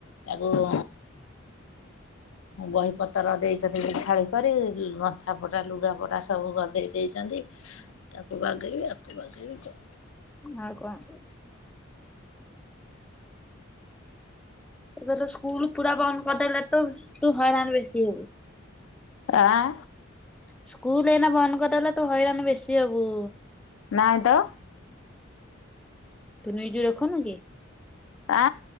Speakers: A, on the left; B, in the centre.
A: ତାକୁ ଉ ବହି ପତ୍ର ଦେଇଛନ୍ତି ଖାଳି କରି ଗନ୍ଥା ପଟା ଲୁଗାପଟା ସବୁ ଗଦେଇ ଦେଇଛନ୍ତି ତାକୁ ବାଗାଇବି ଆକୁ ବାଗାଇବି
B: ଆଉ କଣ କରି ଏବେ ତ ସ୍କୁଲ୍ ପୁରା ବନ୍ଦ କରିଦେଲେ ତ ତୁ ହଇରାଣ ବେଶୀ ହବୁ।
A: ଆଁ।
B: ସ୍କୁଲ୍ ଏଇନା ବନ୍ଦ କରିଦେଲେ ତୁ ହଇରାଣ ବେଶୀ ହବୁ।
A: ନାଇଁ ତ
B: ତୁ ନ୍ଯୁଜ୍ ଦେଖୁନୁ କି
A: ଆ